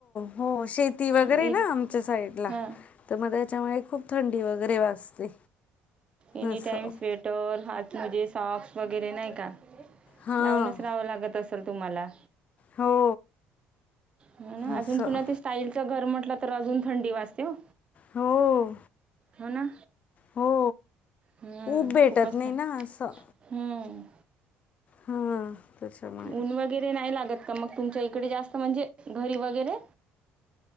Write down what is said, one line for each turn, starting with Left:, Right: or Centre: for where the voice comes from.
Left: हो, शेती वगैरे
Right: मग इ
Left: ना आमच्या साईडला,
Right: हां
Left: तर मग याच्यामुळे खूप थंडी वगैरे वाजते.
Right: एनीटाइम
Left: असं
Right: स्वेटर, हात मोजे, सॉक्स वगैरे नाही का.
Left: हां
Right: लावूनच राहावं लागत असल तुम्हाला.
Left: हो
Right: ना अजून
Left: असं
Right: पुन्हा ते स्टाईलचं घर म्हटलं तर अजून थंडी वाजतेहो
Left: हो
Right: हो ना
Left: हो
Right: हम्म,
Left: ऊब भेटत
Right: खूपच
Left: नाही
Right: थन
Left: ना असं
Right: हम्म
Left: हां त्याच्यामुळे
Right: ऊन वगैरे नाही लागत तर मग तुमच्या इकडे जास्त म्हणजे, घरी वगैरे